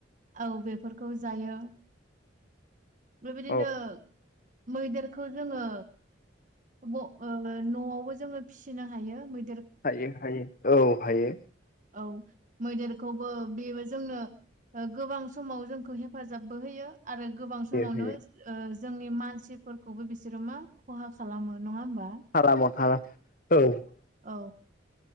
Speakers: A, on the right; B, on the left.
A: औ बेफोरखौ जायो बेबायदिनो
B: औ
A: मैदेरखौ जोङो ब ओ न'आवबो जोङो फिसिनो हायो मै
B: हायो हायो औ हायो।
A: औ मैदेरखौबो बेबो जोंनो ओ गोबां समाव जोंखौ हेफाजाबबो होयो। आरो गोबां समावनो
B: हायो हायो
A: ओ जोंनि मानसिफोरखौबो बिसोरो मा खहा खालामो। नङा होमबा
B: <unintelligible> औ।
A: औ